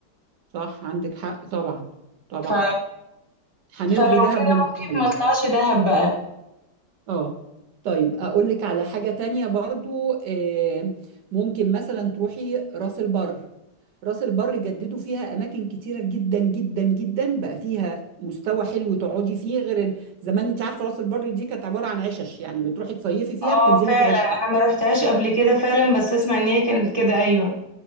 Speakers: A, on the right; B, on the right.
A: صح عندك حق طبعا طبعا
B: ف...
A: هنلغي
B: فلو
A: دهب
B: كده
A: من القايمة
B: ممكن ما اطلعش دهب بقى
A: اه طيب اقول لك على حاجة تانية برضو آه، ممكن مثلا تروحي راس البر راس البر جددوا فيها اماكن كتيرة جدا جدا جدا بقى فيها مستوى حلو تقعدي فيه غير ال- زمان انت عارفة راس البر دي كانت عبارة عن عشش يعني بتروحي تصيفي فيها
B: اه
A: بتنزلي
B: فعلا
A: في عش
B: انا ما روحتهاش قبل كده فعلا بس اسمع ان هي كانت كده ايوه